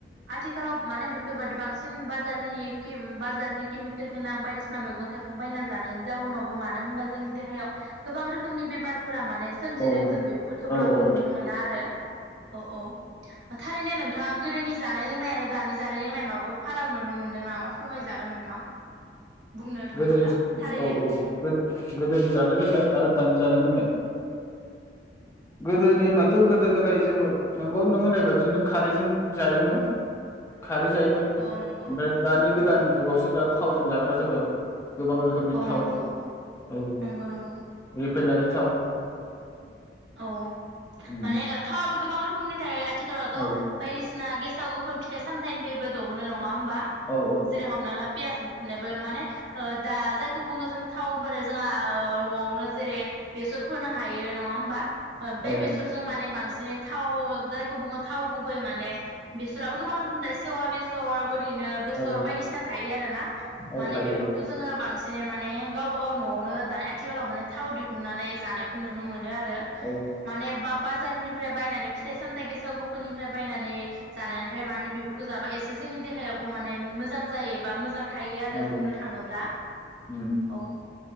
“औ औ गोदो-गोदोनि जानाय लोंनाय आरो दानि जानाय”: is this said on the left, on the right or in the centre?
Left